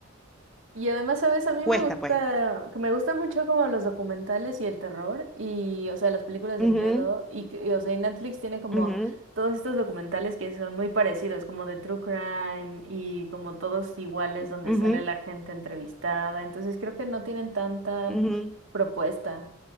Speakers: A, on the right; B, in the centre.
A: Y además, ¿sabes? A mí
B: cuesta
A: me gusta,
B: pues.
A: que me gusta mucho como los documentales y el terror y, o sea, las películas de
B: Ujú,
A: miedo y, que- y, o sea, y Netflix tiene como
B: ujú,
A: todos estos documentales que son muy parecidos, como de True Crime y como todos iguales donde
B: ujú,
A: sale la gente entrevistada. Entonces creo que no tienen tanta
B: ujú.
A: propuesta.